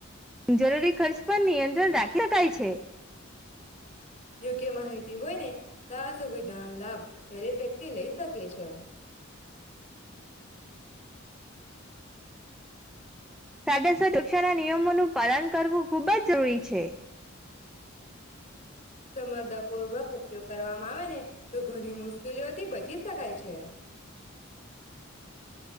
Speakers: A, in the centre; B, on the left.
A: જરૂરી ખર્ચ પર નિયંત્રણ રાખી શકાય છે.
B: યોગ્ય માહિતી હોય ને તો સુવિધાઓનો લાભ દરેક વ્યક્તિ લઈ શકે છે.
A: સાથે-સાથ ઉક્ષાના નિયમોનું પાલન કરવું ખુબ જ જરૂરી છે.
B: સમજતાપુર્વક ઉપયોગ કરવામાં આવે ને તો ઘણી મુસ કેલીઓથી બચી શકાય છે.